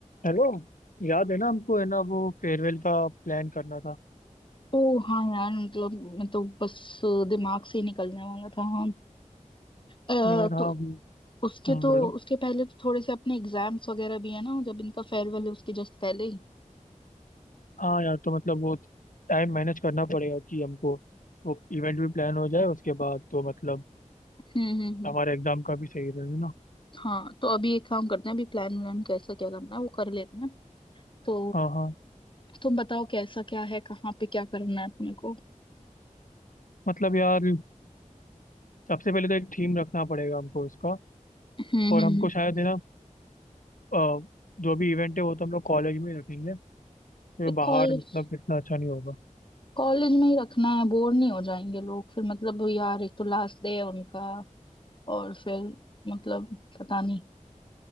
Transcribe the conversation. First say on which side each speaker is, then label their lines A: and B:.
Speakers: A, on the left; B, on the left.
A: Hello याद है ना हमको है ना वो फेयरवेल का प्लान करना था
B: ओ हाँ यार मतलब मैं तो बस दिमाग से ही निकलने वाला था हाँ अ,
A: यार हाँ
B: तो
A: हम्म,
B: उसके
A: हम्म,
B: तो
A: बोलो
B: उसके पहले तो थोड़े से अपने एग्जाम्स वगैरह भी है ना जब इनका फेयरवेल है उसके जस्ट पहले ही
A: हाँ यार तो मतलब वो टाइम मैनेज करना पड़ेगा कि हमको वो इवेंट भी प्लान हो जाए उसके बाद तो मतलब
B: हम्म हम्म हम्म
A: हमारे एग्जाम का भी सही रहे ना
B: हाँ तो अभी एक काम करते हैं अभी प्लान व्लान कैसा क्या करना है वो कर लेते हैं तो
A: हाँ हाँ
B: तुम बताओ कैसा क्या है कहाँ पे क्या करना है अपने को
A: मतलब यार सबसे पहले तो एक थीम रखना पड़ेगा हमको इसका
B: हम्म
A: और
B: हम्म हम्म
A: हमको शायद है ना अ, जो भी इवेंट है वो तो हम लोग कॉलेज में ही रखेंगे क्योंकि बाहर
B: कॉलेज
A: मतलब इतना अच्छा नहीं होगा
B: कॉलेज में ही रखना है बोर नहीं हो जाएंगे लोग फिर मतलब यार एक तो लास्ट डे है उनका और फिर मतलब पता नहीं